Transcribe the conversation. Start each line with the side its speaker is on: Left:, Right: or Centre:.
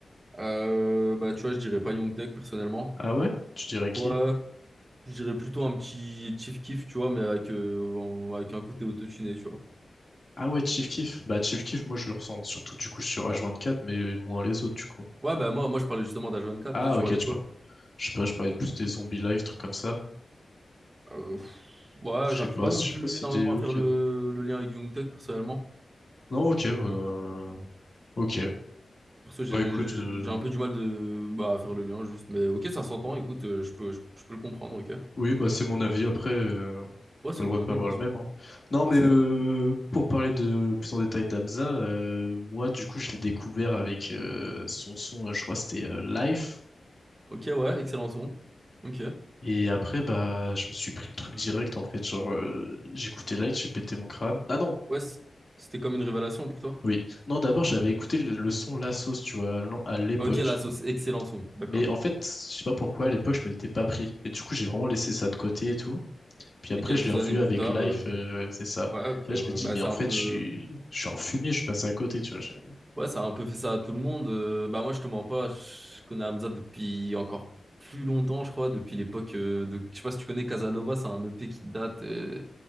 Right: Euh, bah tu vois, je dirais pas Young Thug personnellement.
Left: Ah ouais? Tu dirais qui?
Right: Ouais, je dirais plutôt un petit Chief Keef, tu vois, mais avec, euh, en- avec un côté autotuné, tu vois.
Left: Ah ouais, Chief Keef. Bah Chief Keef, moi je le ressens surtout du coup sur H24, mais moins les autres du coup.
Right: Ouais, bah moi, moi je parlais justement d'H24,
Left: Ah
Right: toi tu
Left: ok,
Right: parlais
Left: je sais
Right: de quoi?
Left: pas. Je sais pas, je parlais plus des zombies live, trucs comme ça.
Right: Euh, pff, ouais,
Left: Je
Right: j'arrive
Left: sais pas,
Right: pas
Left: je
Right: non plus
Left: sais pas si
Right: énormément
Left: c'est des... Ok,
Right: à faire le,
Left: non.
Right: le lien avec Youngtech personnellement.
Left: Non, ok, euh, ok.
Right: Pour ça, j'ai
Left: Bah écoute,
Right: j'ai-
Left: euh,
Right: j'ai un peu du mal de bah, à faire le lien juste. Mais ok, ça s'entend, écoute, euh, je peux, je, je peux le comprendre, ok.
Left: oui, bah c'est mon avis. Après, euh,
Right: Ouais, c'est
Left: t'as le
Right: ton
Left: droit de
Right: avis,
Left: pas avoir
Right: bien sûr.
Left: le même. hein. Non,
Right: Ouais,
Left: mais
Right: c'est
Left: euh,
Right: ça.
Left: pour parler de plus en détail d'Amza, euh, moi du coup je l'ai découvert avec euh, son son, euh, je crois que c'était euh, Life.
Right: Ok, ouais, excellent son. Ok.
Left: Et après, bah, je me suis pris le truc direct, en fait. Genre, euh, j'écoutais Light, j'ai pété mon crâne. Ah non,
Right: Ouais, c- c'était comme une révélation pour toi.
Left: oui. Non, d'abord, j'avais
Right: Ok.
Left: écouté le, le son La Sauce, tu vois, à l'en- à l'époque.
Right: Ok, la sauce, excellent son, d'accord.
Left: Mais en fait, je sais pas pourquoi, à l'époque, je m'étais pas pris. Et du coup, j'ai vraiment laissé ça de côté et tout. Puis après,
Right: Et quelques
Left: je l'ai revu
Right: années plus
Left: avec
Right: tard,
Left: Life,
Right: euh,
Left: euh, c'est ça.
Right: ouais, ok,
Left: Là,
Right: ouais,
Left: je me dis,
Right: bah
Left: mais
Right: c'est
Left: en
Right: un
Left: fait,
Right: peu.
Left: je suis, je suis en fumée, je suis passé à côté, tu vois. j'ai-
Right: Ouais, ça a un peu fait ça à tout le monde. Euh, bah moi, je te mens pas, je connais Hamza depuis encore plus longtemps, je crois, depuis l'époque euh, de... Je sais pas si tu connais Casanova, c'est un EP qui date euh,